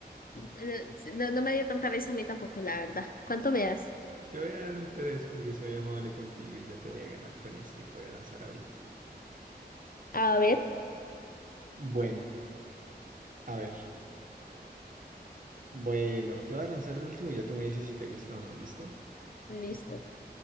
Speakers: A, on the left (about 55°); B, on the right (about 50°).
A: eh, sí, no, no me dio tanta vez a mí tampoco, la verdad. ¿Cuánto me das?
B: Te voy a dar un tres porque soy amable contigo y ya te voy a ganar con este que voy a lanzar ahorita.
A: A ver.
B: Bueno, a ver. Bueno, te voy a lanzar el último y ya tú me dices si te gusta o no, ¿listo?
A: Listo.